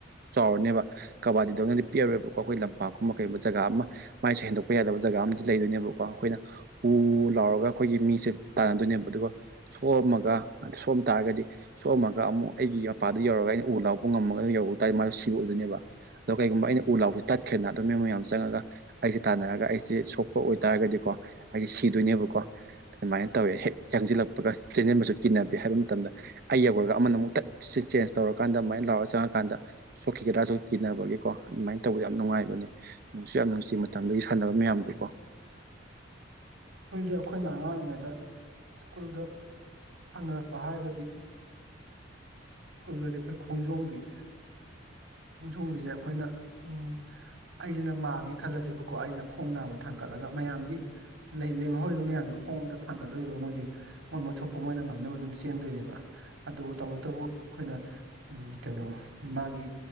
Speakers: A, on the right; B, on the right.
A: ꯆꯥꯎꯔꯅꯦꯕ ꯀꯕꯥꯗꯤꯗꯧꯅꯗꯤ ꯄꯤꯔꯣꯏꯕꯀꯣ ꯑꯩꯈꯣꯏ ꯂꯝꯄꯥꯛꯀꯨꯝꯕ ꯀꯩꯒꯨꯝꯕ ꯖꯒꯥ ꯑꯃ ꯃꯥꯏꯁꯦ ꯍꯦꯟꯗꯣꯛꯄ ꯌꯥꯗꯕ ꯖꯒꯥ ꯑꯃꯗꯤ ꯂꯩꯗꯣꯏꯅꯦꯕꯀꯣ ꯑꯩꯈꯣꯏꯅ ꯎ ꯂꯥꯎꯔꯒ ꯑꯩꯈꯣꯏꯒꯤ ꯃꯤꯁꯦ ꯇꯥꯟꯅꯗꯣꯏꯅꯦꯕ ꯑꯗꯨꯒ ꯁꯣꯛꯑꯝꯃꯒ ꯑꯗꯨ ꯁꯣꯑꯝ ꯇꯥꯔꯒꯗꯤ ꯁꯣꯛꯑꯝꯃꯒ ꯑꯃꯨꯛ ꯑꯩꯒꯤ ꯃꯄꯥꯗ ꯌꯧꯔꯒ ꯑꯩꯅ ꯎ ꯂꯥꯎꯄ ꯉꯝꯃꯒꯅ ꯌꯧꯔꯎ ꯇꯥꯔꯗꯤ ꯃꯥꯁꯨ ꯁꯤꯕ ꯑꯣꯏꯗꯣꯏꯅꯦꯕ ꯑꯗꯣ ꯀꯩꯒꯨꯝꯕ ꯑꯩꯅ ꯎ ꯂꯥꯎꯁꯨ ꯇꯠꯈ꯭ꯔꯦꯅ ꯑꯗꯨ ꯃꯤ ꯃꯌꯥꯝ ꯆꯪꯉꯒ ꯑꯩꯁꯦ ꯇꯥꯟꯅꯔꯒ ꯑꯩꯁꯦ ꯁꯣꯛꯄ ꯑꯣꯏꯇꯥꯔꯒꯗꯤꯀꯣ ꯑꯩꯁꯦ ꯁꯤꯗꯣꯏꯅꯦꯕꯀꯣ ꯑꯗꯨꯃꯥꯏꯅ ꯇꯧꯋꯦ ꯍꯦꯛ ꯆ‌‌ꯦꯡꯖꯤꯜꯂꯛꯄꯒ ꯆꯦꯟꯖꯤꯟꯕꯁꯨ ꯀꯤꯟꯅꯕꯤ ꯍꯥꯏꯕ ꯃꯇꯝꯗ ꯑꯩ ꯌꯧꯔꯒ ꯑꯃꯅ ꯑꯃꯨꯛꯇꯠ ꯁꯤ ꯆꯦꯟꯖ ꯇꯧꯔꯀꯥꯟꯗ ꯑꯗꯨꯃꯥꯏꯅ ꯂꯥꯎꯔꯒ ꯆꯪꯉꯀꯥꯟꯗ ꯁꯣꯛꯈꯤꯒꯗ꯭ꯔꯥꯁꯨ ꯀꯤꯕꯒꯤꯀꯣ ꯑꯗꯨꯃꯥꯏꯅ ꯇꯧꯏ ꯌꯥꯝꯅ ꯅꯨꯡꯉꯥꯏꯕꯅꯦ ꯅꯨꯡꯁꯨ ꯌꯥꯝ ꯅꯨꯡꯁꯤ ꯃꯇꯝꯗꯨꯒꯤ ꯁꯥꯟꯅꯕ ꯃꯌꯥꯝꯗꯨ ꯀꯣ
B: ꯍꯧꯖꯤꯛꯇꯛ ꯑꯩꯈꯣꯏꯅ ꯑꯉꯥꯡꯔꯤꯉꯩꯗ ꯁ꯭ꯀꯨꯜꯗ ꯁꯥꯟꯅꯔꯛꯄ ꯍꯥꯏꯔꯒꯗꯤ ꯁ꯭ꯀꯨꯜꯗꯗꯤ ꯑꯩꯈꯣꯏ ꯈꯣꯡꯖꯣꯝꯕꯤ ꯈꯣꯡ ꯁꯣꯡꯝꯒꯤꯁꯦ ꯑꯩꯈꯣꯏꯅ ꯎ ꯑꯩꯁꯤꯅ ꯃꯥꯡꯉꯦ ꯈꯜꯂꯁꯦꯕꯀꯣ ꯑꯩꯁꯤꯅ ꯈꯣꯡ ꯅꯥꯕ ꯊꯥꯡꯀꯠꯂꯒ ꯃꯌꯥꯝꯗꯤ ꯂꯦꯝꯍꯧꯔꯤꯕ ꯃꯌꯥꯝꯗꯤ ꯈꯣꯡ ꯑꯝꯇ ꯊꯥꯡꯒꯠꯂꯣꯏꯏꯕ ꯃꯣꯏꯗꯤ ꯃꯣꯏ ꯃꯣꯏ ꯊꯣꯛꯄ ꯃꯣꯏꯅ ꯉꯝꯅꯕ ꯑꯗꯨꯝ ꯆꯦꯟꯗꯣꯏꯅꯦꯕ ꯑꯗꯨꯕꯨ ꯇꯧꯕꯇꯕꯨ ꯑꯩꯈꯣꯏꯅ ꯀꯩꯅꯣ ꯃꯥꯒꯤ